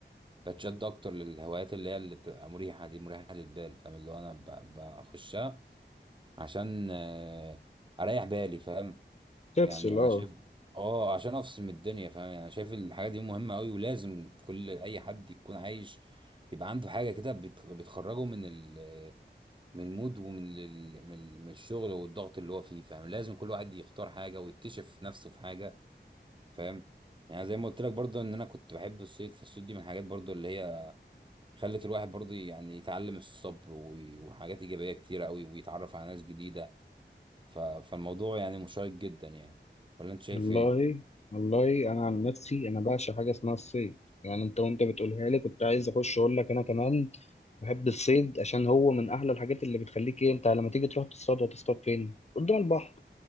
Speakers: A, on the right; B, on the left.
A: بتشد اكتر للهوايات اللي هي اللي بتبقى مريحه دي مريحه للبال فاهم اللي هو انا ب- بخشها عشان آه، اريح بالي فاهم
B: تفصل
A: يعني
B: اه
A: انا شايف اه عشان افصل من الدنيا فاهم يعني انا شايف الحاجه دي مهمه قوي ولازم كل اي حد يكون عايش يبقى عنده حاجه كده بت- بتخرجه من ال من المود ومن ال من ال- من الشغل والضغط اللي هو فيه فاهم لازم كل واحد يختار حاجه ويكتشف نفسه في حاجه فاهم يعني زي ما قلت لك برضه ان انا كنت بحب الصيد فالصيد دي من الحاجات برضه اللي هي خلت الواحد برضه يعني يتعلم الصبر و- وحاجات ايجابيه كتيره قوي ويتعرف على ناس جديده ف- فالموضوع يعني مشوق جدا يعني ولا انت شايف
B: والله
A: ايه
B: والله انا عن نفسي انا بعشق حاجه اسمها الصيد يعني انت وانت بتقولها لي كنت عايز اخش اقول لك انا كمان بحب الصيد عشان هو من احلى الحاجات اللي بتخليك ايه انت لما تيجي تروح تصطاد هتصطاد فين قدام البحر